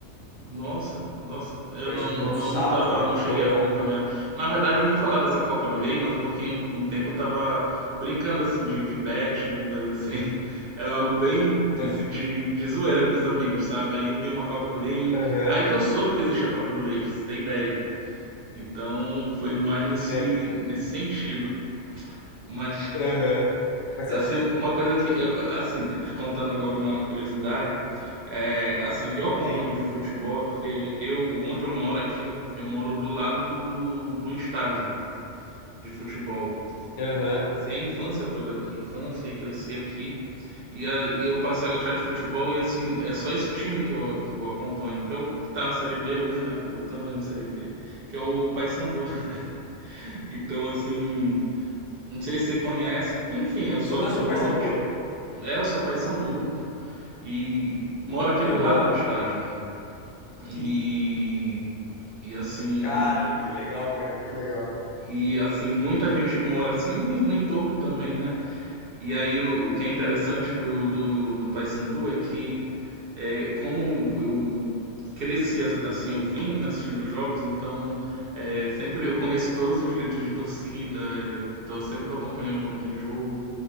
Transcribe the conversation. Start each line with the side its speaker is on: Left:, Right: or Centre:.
Right: Nossa, nossa, eu
Left: Foi
Right: não,
Left: acho que
Right: não,
Left: no sábado,
Right: não tava, não cheguei
Left: jogão.
Right: a acompanhar. Na verdade, eu ouvi falar dessa Copa do Rei, mas é porque um, um tempo eu tava brincando assim de, de betting, coisa assim. <laughs> Era algo bem
Left: É,
Right: assim, de, de zoeira com os amigos, sabe? Aí eu vi uma Copa do Rei.
Left: Aham,
Right: Aí que eu soube que existia a Copa do Rei, pra você ter ideia. Então foi mais nesse,
Left: é,
Right: nesse sentido. Mas,
Left: aham. Mas
Right: Assim,
Left: cê-
Right: uma coisa que, eu- assim, te contando agora uma curiosidade, é, assim, o que eu acompanho
Left: sim,
Right: de futebol é porque eu, onde eu moro aqui, eu moro do lado do, do estádio de futebol.
Left: aham.
Right: E assim, passei a infância toda aqui, infância e cresci aqui. E, a- e eu passei a gostar de futebol e assim, é só esse time que eu, que eu acompanho, que é o que tá na Série B hoje, né? Tá lutando aí na Série B, que é o Paysandu. <laughs> Então, assim, não sei se você conhece, porque enfim, eu sou
Left: Você torce
Right: aqui do
Left: pro
Right: norte.
Left: Paysandu?
Right: É, eu sou Paysandu, E moro aqui
Left: Aham.
Right: do lado do estádio. E, e assim,
Left: Caramba, que legal, cara, que legal.
Right: e assim, muita gente mora assim no, no entorno também, né? E aí o, o que é interessante do, do, do Paysandu é que É, como eu cresci as- assim ouvindo, né, assistindo os jogos, então é, sempre eu conheço todos os gritos de torcida, é, então eu sempre estou acompanhando quando tem jogo